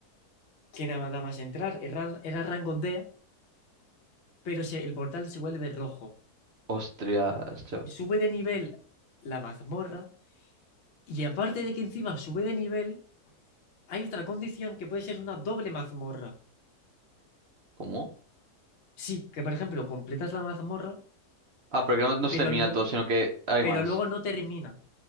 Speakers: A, on the left; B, on the right.
A: que nada más entrar, era, era rango D, pero se- el portal se vuelve rojo?
B: Ostras, chaval.
A: Sube de nivel la mazmorra y aparte de que encima sube de nivel, hay otra condición que puede ser una doble mazmorra.
B: ¿Cómo?
A: Sí, que por ejemplo completas la mazmorra,
B: Ah, pero que no, no
A: pero
B: se termina
A: luego...
B: todo, sino que hay
A: pero
B: más.
A: luego no termina.